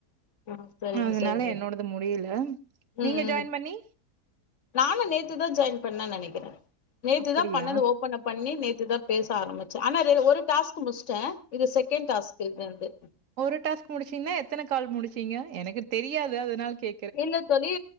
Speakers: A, on the left; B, on the right.
A: ஆ சரிங்க
B: அதனால
A: சரிங்க
B: என்னோடது முடியல
A: ம்
B: நீங்க ஜாயின்
A: ம்
B: பண்ணி
A: நானு நேத்துதா ஜாயின் பண்ணனு நெனைக்கிற நேத்து
B: அப்படியா
A: தா பண்ணது ஓபன் அப் பண்ணி நேத்து தா பேச ஆரம்பிச்ச ஆனா இர ஒரு டாஸ்க்கு முஷ்ட்ட இது செகண்ட் டாஸ்க்கு இப்ப எனக்கு
B: ஒரு டாஸ்க் முடிச்சீங்ன்னா எத்தன கால் முடிச்சீங்க எனக்கு தெரியாது அதனால கே
A: இல்ல தோழி